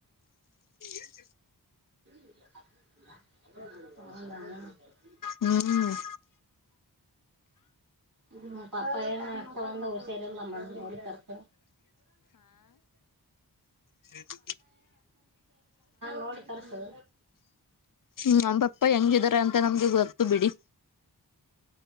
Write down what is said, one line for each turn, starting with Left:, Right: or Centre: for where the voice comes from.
Left: ಏನ್
Right: ಹ
Left: ಹ್ಮ್
Right: ಇ ಪಾಪ ಏನ್ ಒಷ ಸಲ್ಲಮ್ಮ ತರ್ಕ
Left: ಹದ
Right: ನೋಡಿ ತರ್ಸು
Left: ಹ್ಮ್ ನಮ್ಮ ಪಪ್ಪ ಹೆಂಗಿದಾರೆ ಅಂತ ನಮ್ಗೆ ಗೊತ್ತು ಬಿಡಿ